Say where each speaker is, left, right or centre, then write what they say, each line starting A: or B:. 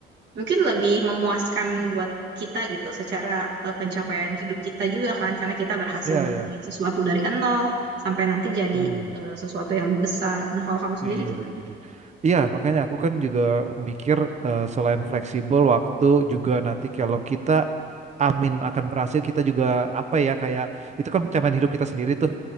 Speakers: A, on the right; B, on the right.
A: mungkin lebih memuaskan buat kita gitu secara eh, pencapaian hidup kita juga kan karena kita berhasil
B: Iya,
A: ngelakuin
B: iya.
A: sesuatu dari nol sampai nanti jadi
B: Hmm,
A: eh, sesuatu yang lebih besar. Nah, kalau kamu sendiri
B: Iya,
A: gimana?
B: jadi. Iya, makanya aku kan juga mikir eh, selain fleksibel waktu juga nanti kalau kita amin akan berhasil, kita juga apa ya kayak itu kan pencapaian hidup kita sendiri tuh.